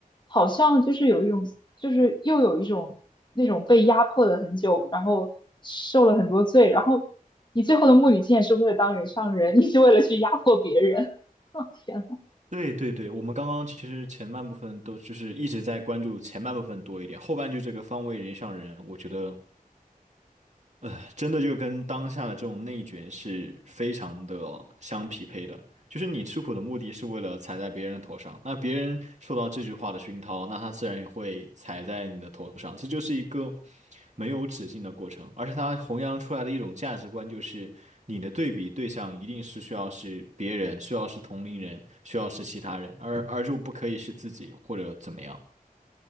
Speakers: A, on the left; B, on the right.
A: 好像就是有一种，就是又有一种那种被压迫了很久，然后受了很多罪，然后你最后的目的竟然是为了当人上人，你是为了去压迫别人，<laughs> 天呐，
B: 对对对，我们刚刚其实前半部分都就是一直在关注前半部分多一点，后半句这个方为人上人，我觉得呃真的就跟当下的这种内卷是非常的相匹配的。就是你吃苦的目的是为了踩在别人的头上，那别人受到这句话的熏陶，那他自然也会踩在你的头上。这就是一个没有止境的过程，而且他弘扬出来的一种价值观就是，你的对比对象一定是需要是别人，需要是同龄人，需要是其他人，而而就不可以是自己或者怎么样。